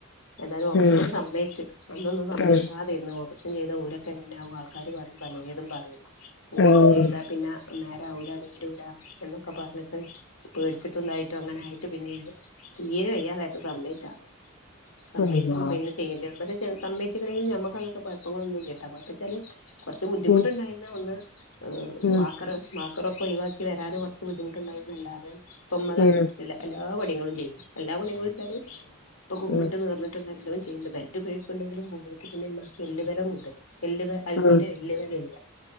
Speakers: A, on the left; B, on the left.
A: എന്തായാലും ഓപ്പറേഷൻ
B: ഉം
A: സിത്തിന് സമ്മച്ചച്ച് അന്നൊന്നും സമ്മയിച്ച
B: ആഹ്
A: തന്ന് ഓ കുറച്ചും ചെയ്ത ഓരൊക്കെങ്ങനെയകും ആൾക്കാര് പറയും പലയതും പറയും ഊരൊക്കെ
B: ഉം
A: ചെയ്താ പിന്നെ നേരാവല നീടൂട എന്നൊക്കെ പറഞ്ഞിട്ട് പേടിച്ചിട്ടുംന്തായിട്ടും അങ്ങനൊയിട്ട് പിന്നെ തീരെ വയ്യാതായിട്ട് സമ്മായച്ചാണ് സമ്മയച്ചപ്പോ
B: അള്ളാ
A: പിന്നെ ചെയ്യേണ്ടരും പക്ഷെ സമ്മയച്ചണമെങ്കിൽ നമ്മുക്ക് ഇപ്പങ്ങളൊ ഒന്നും കേട്ട കുഴപ്പച്ചാല് കുറച്ച് ബുദ്ധിമുട്ടുണ്ടായിുന്ന
B: ഉം
A: ഒന്ന്
B: ഉം
A: വാക്കർ
B: ഉം
A: വാക്കറൊക്കെ ഒഴിവാക്കി വരൻ കുറച്ച് ബുദ്ധിമുട്ടുണ്ടായിരുന്നുല്ലാതെ തൊമ്മത
B: ആഹ്
A: എല്ലാ എല്ലാ പണികളും ചെയ്യുന്നു എല്ലാ പണികും വിച്ചാറ് ഇപ്പൊ കുമ്പട്ട്ർന്നിട്ടുള്ള
B: ഉം
A: എല്ലാം ചെയ്യണ്ട് ബെൽറ്റ്ഴണ്ടെങ്കിലും കൂടട്ട പിന്നെി എല്ലു ബലം കണ്ട് എല്
B: ഉം
A: തീരെ വല്വല ഇല്ല